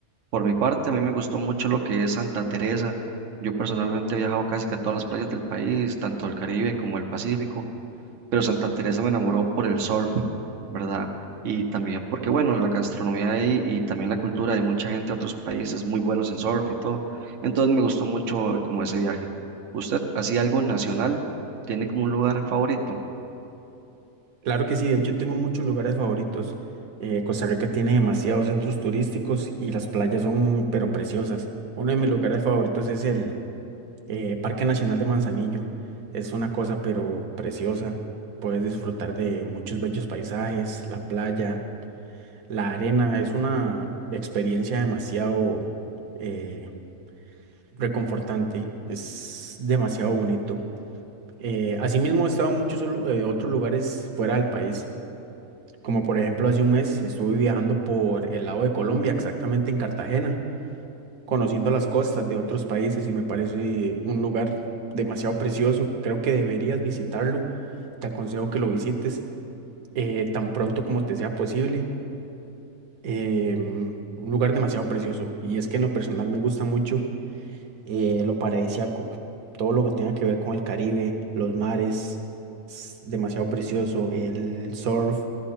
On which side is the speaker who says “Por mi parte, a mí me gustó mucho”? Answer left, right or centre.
Right